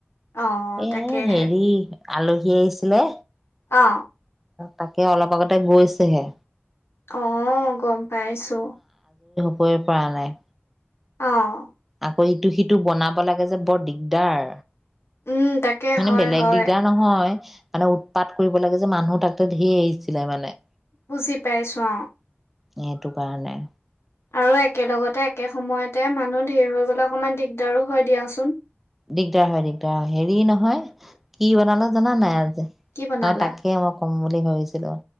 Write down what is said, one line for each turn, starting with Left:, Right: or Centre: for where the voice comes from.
Left: অ
Centre: এ
Left: তাকেহে
Centre: হেৰি আলহী আহিছিলে।
Left: অ
Centre: তাকে অলপ আগতে গৈছেহে।
Left: অহ গম পাইছো
Centre: ই পৰা নাই।
Left: অঁ
Centre: অ ইটো সিটো বনাব লাগে যে বৰ দিগদাৰ।
Left: উম তাকে
Centre: মানে
Left: হয়
Centre: বেলেগ
Left: হয়
Centre: দিগদাৰ নহয়। মানে উৎপাত কৰিব লাগে যে মানুহ তাতে ধেৰ আহিছিলে মানে।
Left: বুজি পাইচো অঁ।
Centre: সেইটো কাৰণে।
Left: আৰু একেলগতে একে সময়তে মানুহ ধেৰ হৈ গলে অকমান দিগদাৰো হয় দিয়াচোন।
Centre: দিগদাৰ হয় দিগদাৰ হয় হেৰি, নহয় কি বনালো জানা নাই? আজি
Left: কি বনালা
Centre: অ তাকে মই। ক'ম বুলি ভাবিছিলোঁ।